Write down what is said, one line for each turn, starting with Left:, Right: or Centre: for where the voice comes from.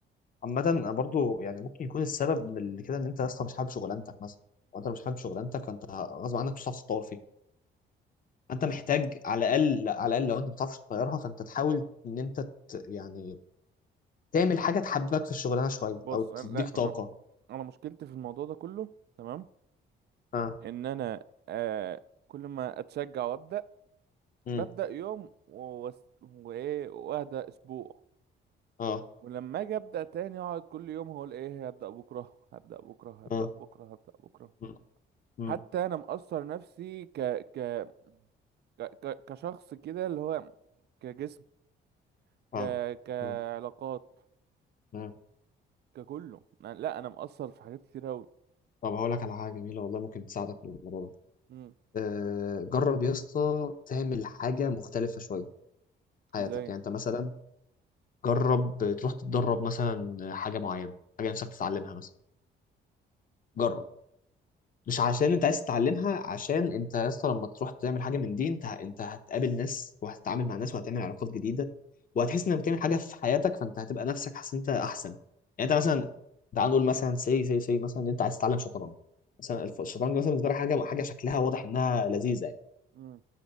Left: عامة أنا برضو يعني ممكن يكون السبب من اللي كده ان انت اصلا مش حابب شغلانتك مثلا وانت لو مش حابب شغلانتك فانت غصب عنك مش هتعرف تتطور فيها فانت محتاج على الاقل على الاقل لو انت ما بتعرفش تغيرها فانت تحاول ان انت ت... يعني تعمل حاجة تحببك في الشغلانة شوية
Right: بص
Left: او تديك
Right: انا لا
Left: طاقة
Right: انا انا مشكلتي في الموضوع ده كله تمام
Left: اه
Right: ان انا آه كل ما اتشجع وابدا
Left: امم
Right: ببدا يوم و- وس- وايه واهدى اسبوع
Left: اه
Right: ولما اجي ابدا تاني اقعد كل يوم هقول ايه هبدا بكره هبدا بكره هبدا
Left: اه
Right: بكره هبدا بكره
Left: امم امم
Right: حتى انا مقصر نفسي ك ك ك ك- كشخص كده اللي هو كجسم
Left: فاهم
Right: ك كعلاقات
Left: امم امم
Right: ككله أنا- لا انا مقصر في حاجات كتير قوي
Left: طب هقول لك على حاجة جميلة والله ممكن تساعدك في الموضوع
Right: امم
Left: ده آه، جرب يا اسطى تعمل حاجة مختلفة شوية في حياتك
Right: وزي
Left: يعني انت مثلا جرب تروح تتدرب مثلا حاجه معينه حاجه نفسك تتعلمها مثلا جرب مش عشان انت عايز تتعلمها عشان انت يا اسطى لما تروح تعمل حاجه من دي انت انت هتقابل ناس وهتتعامل مع ناس وهتعمل علاقات جديده
Right: امم
Left: وهتحس انك بتعمل حاجه في حياتك فانت هتبقى نفسك حاسس ان انت احسن يعني انت مثلا تعال نقول مثلا سي سي سي مثلا ان انت عايز تتعلم شطرنج مثلا الف- الشطرنج مثلا بالنسبه لك حاجه حاجه شكلها واضح انها لذيذه يعني
Right: امم